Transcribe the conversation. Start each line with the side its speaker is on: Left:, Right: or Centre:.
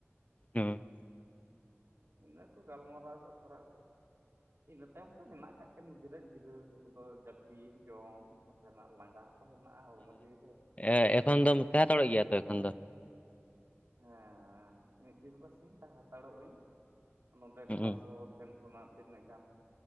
Left: ᱦᱮᱸ
Right: ᱤᱱᱟᱹ ᱠᱚ ᱜᱟᱞᱢᱟᱨᱟᱣ ᱟᱠᱷᱲᱟ ᱜᱮ ᱤᱱᱟᱹ ᱛᱟᱭᱚᱢ ᱛᱚ ᱦᱮᱱᱟᱜ ᱠᱟᱫ ᱠᱚᱭᱟ ᱱᱤᱡᱮᱨᱟᱜ ᱡᱤᱨᱟᱹ ᱠᱚᱫᱚ ᱡᱟᱹᱯᱤᱫ ᱡᱚᱢ ᱱᱟᱥᱮᱱᱟᱜ ᱞᱟᱸᱜᱟ ᱦᱮᱱᱟᱜ ᱦᱚᱲᱢᱚ ᱡᱤᱣᱤᱮ
Left: ᱮ ᱮᱠᱷᱚᱱ ᱫᱚ ᱛᱟᱦᱮᱸ ᱦᱟᱛᱟᱲᱚᱜ ᱜᱮᱭᱟ ᱛᱚ ᱮᱠᱷᱚᱱ ᱫᱚ
Right: ᱦᱮᱸ ᱢᱤᱫ ᱫᱤᱱ ᱯᱟᱨᱥᱤᱧ ᱦᱟᱛᱟᱲᱚᱜ ᱟᱹᱧ ᱱᱚᱰᱮ
Left: ᱦᱩᱸ
Right: ᱠᱚᱲᱟ ᱠᱚ ᱴᱷᱮᱱ ᱠᱷᱚᱱᱟᱜ ᱛᱤᱱᱟᱹᱜ ᱜᱟᱱ